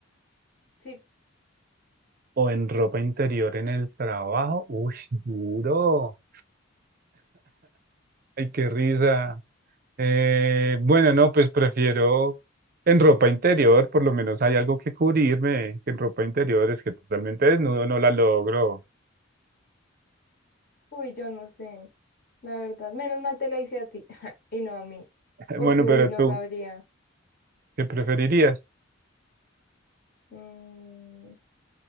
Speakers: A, on the left; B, on the right.
A: Sí,
B: o en ropa interior en el trabajo? Uy, duro. Ay, qué risa. Eh, bueno, no, pues prefiero en ropa interior, por lo menos hay algo que cubrirme. que En ropa interior es que totalmente desnudo no la logro.
A: uy, yo no sé, la verdad. Menos mal te la hice a ti <laughs> y no a mí,
B: <laughs>
A: porque
B: Bueno, pero
A: uy, no
B: tú,
A: sabría.
B: ¿qué preferirías?
A: Mm,